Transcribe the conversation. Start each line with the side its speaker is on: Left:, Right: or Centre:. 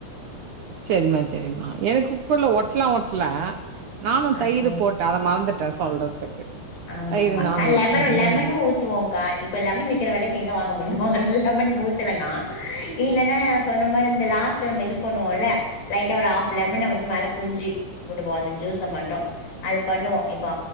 Right: செரிம்மா செரிம்மா எனக்கு குக்கர்ல ஒட்லா ஒட்ல நானும்
Left: ஆ
Right: தயிர்
Left: ஆ
Right: போட்டே அத மறந்துட்டேன் சொல்றதுக்கு
Left: ஆமா
Right: தயிரு
Left: ஆமா
Right: நானுந்தா
Left: லெமனும்
Right: ம்
Left: லெமனும்
Right: ம்
Left: ஊத்துவோங்கா இப்ப லெமனு விக்கி க்கிறவேலக்கி எங்க வாங்க முடியும் ஆனால லெமன் ஊத்துலன்னா இல்லைன்னா சொன்ன மாரி இந்த லாஸ்ட் நம்ம இது பண்ணுவோல்ல லைட்டா ஆஃப் லெம வந்து மேல புஞ்சி விடுவோம் அந்த ஜூஸை மட்டும் அது பண்ணுவோம் இப்ப